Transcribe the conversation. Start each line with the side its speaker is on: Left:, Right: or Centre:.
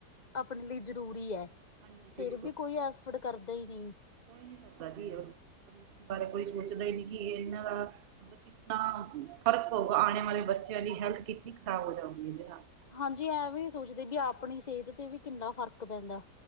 Left: ਆਪਣੇ ਲਈ ਜ਼ਰੂਰੀ ਹੈ।
Right: ਹਾਂਜੀ
Left: ਫਿਰ
Right: ਬਿਲਕੁਲ
Left: ਵੀ ਕੋਈ ਐਫਰਡ ਕਰਦਾ ਹੀ ਨਹੀਂ।
Right: ਕੋਈ ਨੀ ਕਰਦਾ ਕਿਸੇ ਬਾਰੇ ਕੋਈ ਪੁੱਛਦਾ ਹੀ ਨੀ ਕਿ ਇਹਨਾਂ ਦਾ। ਕਿੰਨਾ ਫ਼ਰਕ ਹੋਗਾ ਆਣੇ ਵਾਲੇ ਬੱਚਿਆਂ ਦੀ ਹੈਲਥ ਕਿੰਨੀ ਖ਼ਰਾਬ ਹੋ ਜਾਊਗੀ ਇਹਦੇ ਨਾਲ।
Left: ਹਾਂਜੀ ਐ ਵੀ ਨੀ ਸੋਚਦੇ ਵੀ ਆਪਣੀ ਸਿਹਤ ਤੇ ਵੀ ਕਿੰਨਾ ਫ਼ਰਕ ਪੈਂਦਾ।